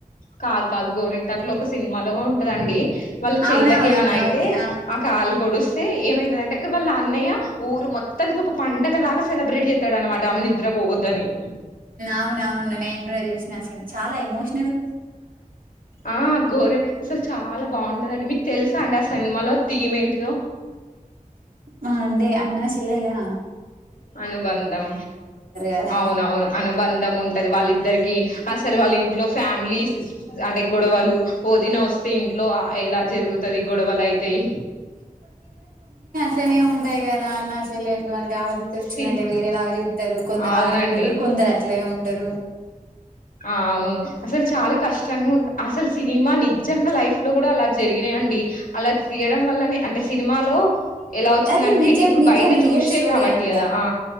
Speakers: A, on the left; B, on the right.
A: కాదు కాదు గోరెంటాక్ లో ఒక సినిమాలో ఉంటదన్ అండి వాళ్ళ చెల్లకి
B: అవునవునవును
A: ఏమన్న అయితే
B: ఓకే
A: ఆ కాలు పొడిస్తే ఏమైత్ లేదంటే వాళ్ళ అన్నయ్యా ఊరు మొత్తంకు ఒక పండగలాగా సెలబ్రేట్ జేత్తడన్నమాట ఆమె నిద్ర పోవద్దనీ
B: అవును అవును నేను గూడా జూసిన చాలా ఎమోష్
A: ఆ గోరె అసలు చాలా బాగుంటదండి మీకు తెలుసా అండి అసల్ సినిమాలో తీయం ఏంటిదో
B: ఆ అండి అన్నాశెల్లెలా
A: అనుబంధం
B: కదా
A: అవునవును అనుబంధం ఉంటది వాళ్ళిద్దరికీ అసలు వాళ్ళింట్లో ఫ్యామ్ గ్లీష్ అంటే గొడవలు ఒదిన వస్తే ఇంట్లో ఎలా జరుగుతది గొడవలు అయితయి
B: ట్లనే ఉంటాయి కదా అన్నా చెల్లెల్లు అంటే ఆడబిడ్ డ్డొచ్చిందంటే
A: సిని
B: వేరేలాగ చూత్తరు కొందరు
A: అవునండి
B: ఆడబిడ్డలు కూడా కొందరు అట్లనే ఉంటారు
A: ఆ అవును అసలు చాలా కష్టంగా ఉన్ అసలు సినిమా నిజంగా లైఫ్ లో కూడా అలా జరిగినయి అండి అలా తీయడం వల్లనే అంటే సినిమాలో ఎలా వచ్చిందంటే
B: అది నిజం
A: ఇప్పుడు
B: నిజం
A: బయట
B: రియల్
A: చూసే
B: స్టోరీ
A: కాబట్టి
B: అంట
A: కదా ఆ